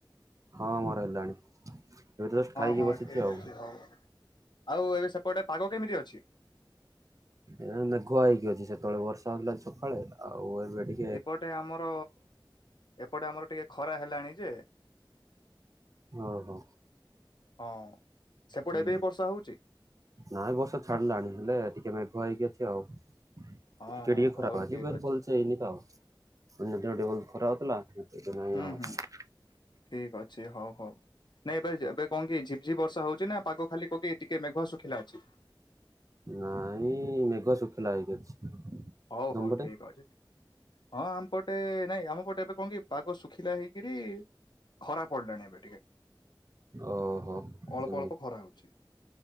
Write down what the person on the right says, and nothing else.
ହଁ ମୋର ହେଲାଣି ଏବେ ଯଷ୍ଟ
ଖାଇକି
ବସିଛି
ଆଉ।
ଏ ମେଘୁଆ ହେଇକି ଅଛି ସେତେବେଳେ ବର୍ଷା ହେଥିଲା ସକାଳେ ଆଉ ଏବେ ଟି
ଓହୋ
ହୁଁ
ନାଇଁ ବର୍ଷା ଛାଡିଲାଣି ହେଲେ ଟିକେ ମେଘ ହେଇକି ଅଛି ଆଉ।
<inaudible>
<inaudible>
ନାଇଁ ମେଘ ଶୁଖିଲା ହେଇକି ଅଛି।
ତମ
ପଟେ
ଓହୋ
ସେମିତି